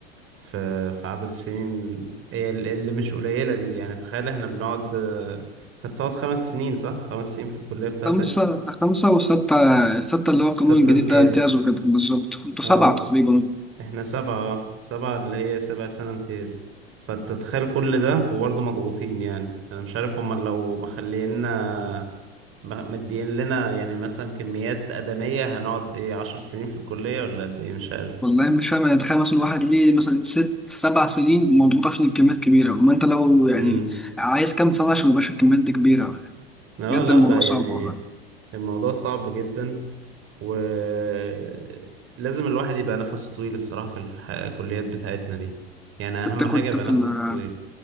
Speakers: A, on the right; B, in the centre.
A: في في عدد السنين هي ال- اللي مش قليلة دي يعني تخيل احنا بنقعد آه، انت بتقعد خمس سنين صح؟ خمس سنين في الكلية بتاعتك
B: خمسة خمسة وستة الستة اللي هو القانون
A: ستة
B: الجديد
A: امتياز
B: ده امتيازوا كده بالظبط انتوا
A: اه
B: سبعة تقريبا
A: احنا سبعة اه سبعة اللي هي سبع سنة امتياز فتتخيل كل ده وبرضه مضغوطين يعني انا مش عارف هما لو مخلينا م- مدين لنا يعني مثلا كميات آدمية هنقعد ايه عشر سنين في الكلية ولا قد ايه مش عارف
B: والله مش فاهم يعني تخيل مثلا واحد ليه مثلا ست سبع سنين مضغوط عشان الكميات كبيرة وما انت لو يعني
A: امم
B: عايز كام سنة عشان يبقاش الكميات دي كبيرة
A: لا
B: بجد
A: لا
B: الموضوع
A: بقى
B: صعب
A: يعني
B: والله
A: الموضوع صعب جدا ولازم الواحد يبقى نفسه طويل الصراحة في الح- الكليات بتاعتنا دي يعني أهم
B: انت كنت
A: حاجة يبقى
B: في
A: نفسك
B: ال-
A: طويل